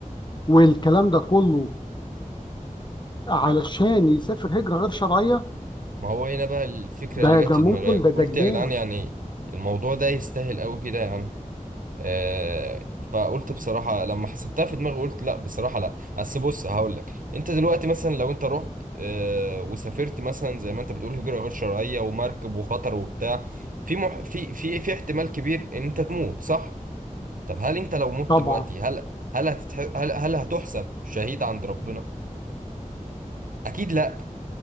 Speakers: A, on the left; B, on the right.
A: والكلام ده كله علشان يسافر هجره غير شرعيه
B: ما هو هنا بقى الفكرة
A: ده
B: اللي جت
A: ده
B: في
A: ممكن
B: دماغي قلت
A: ده ده جنان
B: يا جدعان يعني الموضوع ده يستاهل قوي كده يعني آه، فقلت بصراحة لما حسبتها في دماغي قلت لا بصراحة لا اصل بص هقول لك انت دلوقتي مثلا لو انت رحت آه، وسافرت مثلا زي ما انت بتقول هجرة غير شرعية ومركب وخطر وبتاع في مح... في في في احتمال كبير ان انت تموت صح؟ طب هل انت لو مت
A: طبعا
B: دلوقتي هل هل هتتح... هل هل هتحسب شهيد عند ربنا؟ اكيد لا